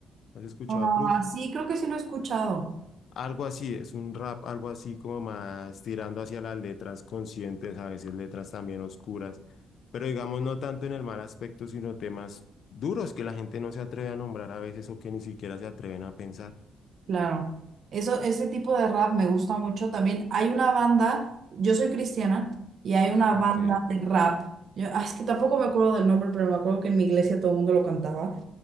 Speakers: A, on the left; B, on the right.
A: ¿Has escuchado
B: Ah,
A: a Proof?
B: sí, creo que sí lo he escuchado.
A: Algo así, es un rap, algo así como más tirando hacia las letras conscientes, a veces letras también oscuras, pero digamos no tanto en el mal aspecto, sino temas duros que la gente no se atreve a nombrar a veces o que ni siquiera se atreven a pensar.
B: Claro, eso, ese tipo de rap me gusta mucho. También hay una banda, yo soy cristiana, y hay una
A: Ok.
B: banda de rap. Yo, ah, es que tampoco me acuerdo del nombre, pero me acuerdo que en mi iglesia todo el mundo lo cantaba